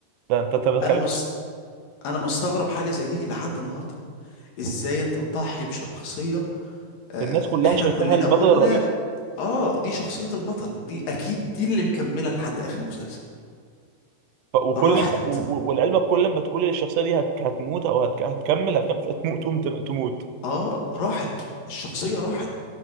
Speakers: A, on the right; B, on the left.
A: ده انت انت بتخلي-
B: انا مست... انا مستغرب حاجة زي دي لحد النهاردة ازاي انت تضحي بشخصية آه
A: الناس كلها
B: احنا
A: شايفاها
B: كلنا
A: البطل
B: قلنا
A: الرئيسي
B: اه دي شخصية البطل دي اكيد دي اللي مكملة لحد اخر المسلسل
A: ف- وكل
B: راحت
A: ما- و- و- والعلم كل ما تقول الشخصيه دي هت- هتموت او هت- هتكمل هتكمل هتموت تقوم تم- تموت
B: اه راحت الشخصية راحت